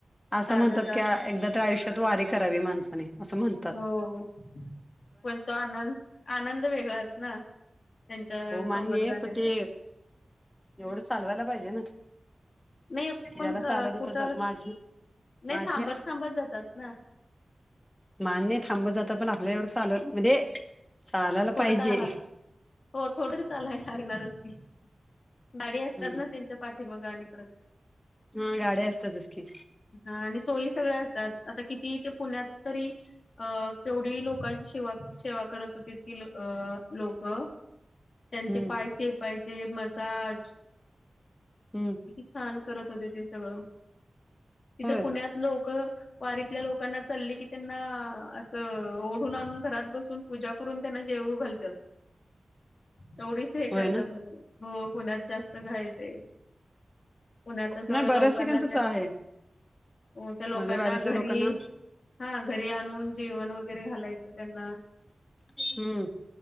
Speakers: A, on the left (about 20°); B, on the left (about 75°).
A: असं
B: चालत
A: म्हणतात
B: जातात
A: की एकदा तर आयुष्यात वारी करावी माणसाने असं म्हणतात
B: हो पण तो आनंद आनंद वेगळाच ना त्यांच्या
A: हो मान्य
B: सोबत
A: आहे
B: जाण्याचा
A: पण ते एवढं चालवायला पाहिजे ना
B: नाही पण
A: ज्याला चालत हो
B: कुठं
A: तर चाल माझी
B: नाही
A: माझी
B: थांबत थांबत जातात ना
A: मान नाही थांबत जात पण आपलं एवढं चालत म्हणजे चालायला
B: थोड
A: पाहिजे.
B: तर आला हो थोड चालाय लागणारच ती गाडी असतात
A: हम्म
B: ना त्यांच्या पाठी मग आणि परत
A: हा गाड्या असतात असी
B: हा आणि सोयी सगळ्या असतात आता किती ते पुण्यात तरी अ केवढी लोकांची शेवा सेवा करत होती त अ लोक त्यांचे
A: हम्म
B: पायचे पायचे मसाज
A: हम्म
B: छान करत होते ते सगळं तिथं
A: होय
B: पुण्यात लोक वारीतल्या लोकांना चालली की त्यांना असं ओढून आणून घरात बसून पूजा करून त्यांना जेव घालतात एवढीच हे
A: होय
B: करतात
A: ना
B: म्हणजे हो पुण्यात जास्त घायचंय पुण्यात अस
A: नाही बऱ्याच
B: लोकांना
A: ठिकाणतच आहे
B: हो त्या लोकांना
A: म्हणजे वारीतल्या
B: घरी
A: लोकांना
B: हा घरी आणून जेवण वगैरे घालायचं त्यांना
A: हम्म